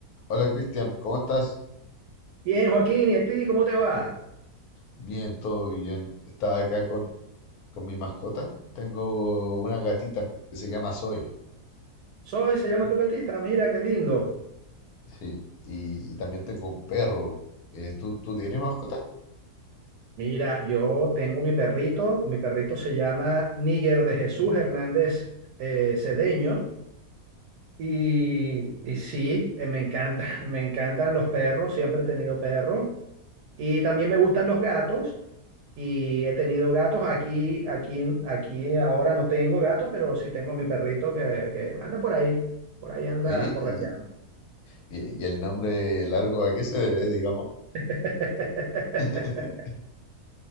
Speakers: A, on the left; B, on the right.
A: Hola Cristian, ¿cómo estás?
B: Bien, Joaquín, ¿y a ti cómo te va?
A: Bien, todo bien. Estaba acá con, con mi mascota. Tengo una gatita que se llama Zoe,
B: Zoe se llama
A: ¿sí?
B: tu gatita, mira qué lindo.
A: Sí. Y, y también tengo un perro. Eh, ¿tú, tú tienes mascota?
B: Mira, yo tengo mi perrito, mi perrito se llama Níger de Jesús Hernández eh, Cedeño y, y sí, eh, me encanta, <laughs> me encantan los perros, siempre he tenido perros y también me gustan los gatos y he tenido gatos aquí, aquí, aquí ahora no tengo gato, pero sí tengo mi perrito que, que anda por ahí, por ahí anda
A: Oye,
B: correteando.
A: y, y- y el nombre largo a qué se debe, digamos?
B: <laughs>
A: <laughs>